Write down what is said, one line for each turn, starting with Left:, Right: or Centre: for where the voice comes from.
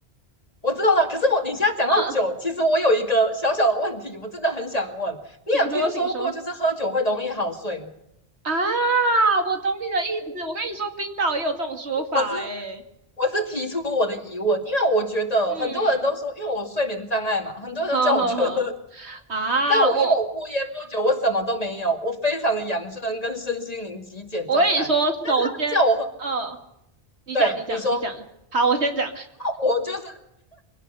Left: 我知道了。可是我你现在讲到酒，
Right: 嗯，
Left: 其实我有一个小小的问题，我真的很想问，你有听说过就是喝酒会容易好睡吗？
Right: 请说，请说。啊，我懂你的意思。我跟你说，冰岛也有这种说法诶。
Left: 我知。我是提出我的疑问，因为我觉得很多人都说，
Right: 嗯，
Left: 因为我睡眠障碍嘛，很多人都叫我去喝，
Right: 呵呵呵。啊，
Left: 但我因为我不烟不酒，
Right: 我
Left: 我什么都没有，我非常的养生跟身心灵极简状态，
Right: 我跟你说，首先，
Left: 但是他们叫我喝，
Right: 嗯，你讲，
Left: 对你说，
Right: 你讲，你讲。好，我先讲。
Left: 我就是